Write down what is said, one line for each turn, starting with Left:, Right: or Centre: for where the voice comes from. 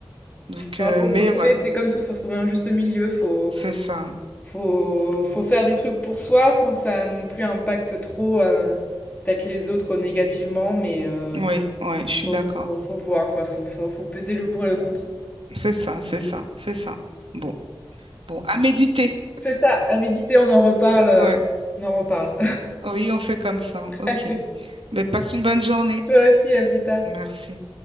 Right: Donc,
Left: Bah,
Right: euh,
Left: faut,
Right: mais
Left: faut trouver,
Right: ouais,
Left: c'est comme tout, faut trouver un juste milieu, faut,
Right: c'est ça.
Left: faut, faut faire des trucs pour soi sans que ça non plus impacte trop euh, peut-être les autres négativement, mais euh,
Right: Oui, ouais, je suis
Left: faut,
Right: d'accord.
Left: faut, faut voir, faut, faut, faut- faut peser le pour et le contre.
Right: C'est ça, c'est ça, c'est ça. Bon, bon, à méditer.
Left: C'est ça, à méditer, on en reparle, euh,
Right: Ouais,
Left: on en reparle.
Right: oui, on fait comme ça.
Left: <laughs>
Right: OK.
Left: Allez,
Right: Mais passe une bonne journée.
Left: toi aussi, à plus tard.
Right: Merci.